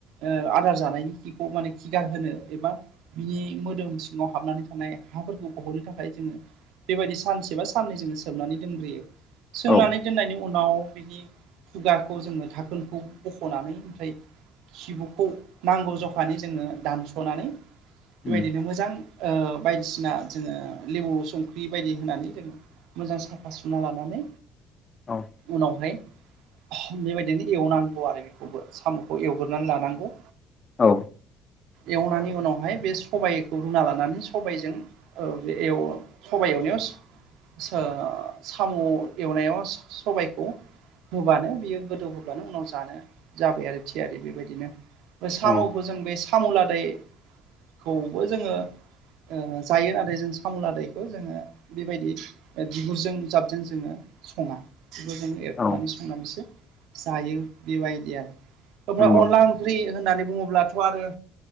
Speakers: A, on the right; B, on the left.
A: ओ आदार जानायनि खिखौ माने खिगार होनो एबा बिनि मोदोम सिङाव हाबनानै थानाय हाफोरखौ बहननो थाखाय जोङो बेबायदि सानसे बा साननै जोङो सोमनानै दोनग्रोयो। सोमनानै
B: औ
A: दोननायनि उनाव बिनि खुगा खौ जोङो धाखोनखौ बख'नानै ओमफ्राय खिबुखौ नांगौ जखानि जोङो दानस'नानै बेबायदिनो
B: उम,
A: मोजां ओ बायदिसिना जोङो लेबु संख्रि बायदि होनानै जोङो मोजां साफा सुना लानानै
B: औ
A: उनावहाय बेबायदिनो एवनांगौ आरो बेखौबो साम'खौ एवग्रोनानै लानांगौ।
B: औ।
A: एवनानै उनावहाय बे सबाइखौ रुना लानानै सबायजों ओ बे एव सबाय एवनायाव स ओ सामु एवनायाव स-सबायखौ होबानो बियो गोदौ होब्लानो उनाव जानो जाबाय आरो थियारि बेबायदिनो बे साम'खौ
B: औ
A: जों बे साम' लादायखौबो जोङो ओ जायो नाथाय जों सामु लादायखौ जोङो बेबायदि बिगुरजों जाबजों जोङो सङा बिखौ जों एरख'नानै
B: औ
A: संनानैसो जायो बेबायदि आरो
B: नंगौ
A: ओमफ्राय अनला ओंख ख्रि होननानै बुङोब्लाथ' आरो